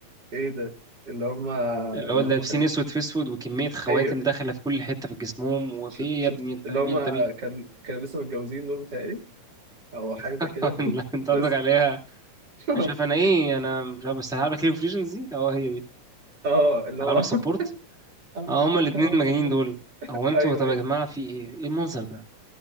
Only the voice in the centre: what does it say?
اللي هو لابسين
اسود في اسود وكميه خواتم
داخله في كل حته في جسمهم وفي
إيه
يا ابني انت
مين
انت مين
<laughs>
لا
انت
قصدك عليها انا
شايف انا ايه انا مش عارف بس هلعبك ليج اوف ليجندز دي اه هي دي
هلعبك
سبورت
اه هما الاثنين
المجانين
دول هو انتوا
طب
يا جماعه في ايه ايه المنظر ده